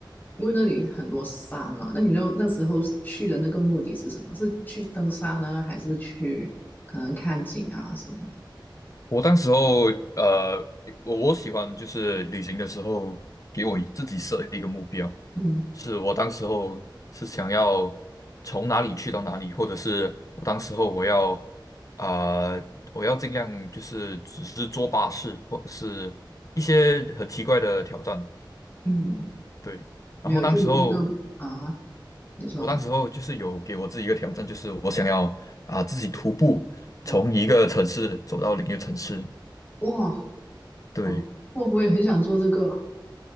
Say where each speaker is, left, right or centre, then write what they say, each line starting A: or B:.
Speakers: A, on the left (about 25°); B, on the left (about 45°).
A: 因为那里很多山嘛，那你那那时候去的那个目的是什么？是去登山呢，还是去可能看景啊什么
B: 我当时候，呃，我我喜欢就是旅行的时候，给我自己设一个目标，
A: 的？嗯
B: 是我当时候是想要从哪里去到哪里，或者是我当时候我要啊、呃我要尽量就是只是坐巴士，或者是一些很奇怪的挑战，
A: 嗯，
B: 对。
A: 没有，
B: 然后当时候，
A: 就你那个啊，你说
B: 我当时候就是有给我自己一个挑战，就是我想要啊、自己徒步从一个城市走到另一个城市，
A: 哇哇，
B: 对。
A: 好哇，我也很想做这个